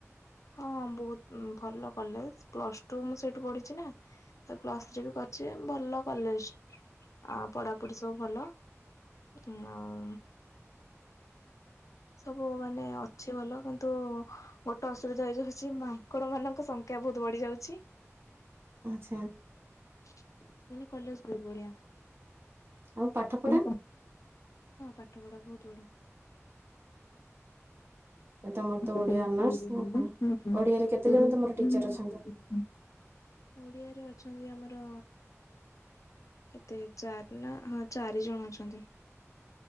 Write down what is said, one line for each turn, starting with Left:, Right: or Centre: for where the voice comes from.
Left: ହଁ ବହୁତ୍ ଭଲ କଲେଜ୍ ପ୍ଲସ୍ ଟୁ ମୁଁ ସେଇଠୁ ପଢିଚି ନା। ପ୍ଲସ୍ ଥ୍ରୀ ବି କରିଚି ଯେ ଭଲ କଲେଜ୍ ଆ- ପଢାପଢି ସବୁ ଭଲ। ହୁଁ- ଆଉ ସବୁ ମାନେ ଅଛି ଭଲ କିନ୍ତୁ ଗୋଟେ ଅସୁବିଧା ହେଇଯାଉଚି ମାଙ୍କଡ ମାନଙ୍କ ସଂଖ୍ୟା ବହୁତ୍ ବଢି ଯାଉଚି।
Right: ଆଚ୍ଛା।
Left: ନହେଲେ କଲେଜ୍ ବହୁତ୍ ବଢିଆ।
Right: ଆଉ ପାଠ ପଢା
Left: ଆଉ ପାଠ ପଢି?
Right: ତମର
Left: <inaudible>
Right: ତ ଓଡିଆ ଅନର୍ସ ଆଉ କଣ? ଓଡିଆରେ କେତେ ଜଣ ତମର ଟିଚର ଅଛନ୍ତି?
Left: ଓଡିଆରେ ଅଛନ୍ତି ଆମର କେତେ ଚାରି ନା ହଁ ଚାରି ଜଣ ଅଛନ୍ତି।